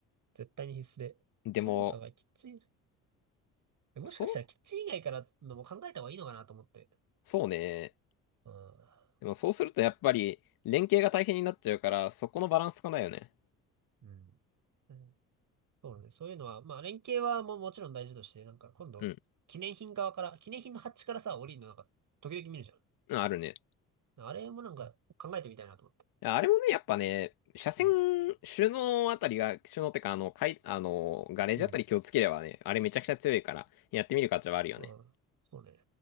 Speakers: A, on the right; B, on the left.
A: 絶対に必須で。
B: う。でも、
A: そうだが、キッチン。えもしかしたらキッチン以外からのも考えた方がいいのかなと思って。
B: そうそうね。
A: うん。あ
B: でもそうするとやっぱり、連携が大変になっちゃうから、そこのバランスかないよね。
A: うん。うんそうね。そういうのは、まあ、連携はもうもちろん大事として、なんか今度、
B: うん。
A: 記念品側から、記念品のハッチからさ、降りるのなんか、時々見るじゃん。
B: うんあるね。
A: あれもなんか考えてみたいなと
B: やあれもね、やっぱね、車線、
A: 思って。
B: 首脳あたりが、首脳ってか、あの、かい、あの、ガレージあたり気をつければね、
A: うん。うん。
B: あれめちゃくちゃ強いから、やってみる価値はあるよね。
A: うん。そうね。